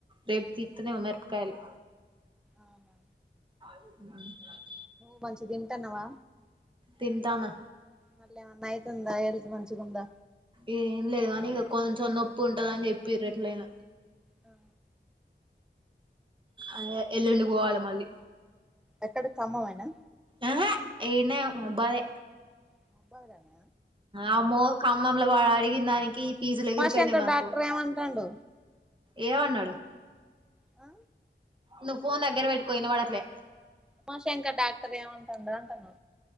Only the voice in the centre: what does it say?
అవునా
నువ్వు మంచిగ తింటాన్నవా?
మళ్ళీ ఏమన్నా అయితుందా హెల్త్ మంచిగుందా?
హా
ఎక్కడ ఖమ్మమేనా
మౌబద్లన
ఉమాశంకర్
డాక్టర్ ఏమంటాండు
అ
ఉమాశంకర్ డాక్టర్ ఏమంటండు అంటన్నా?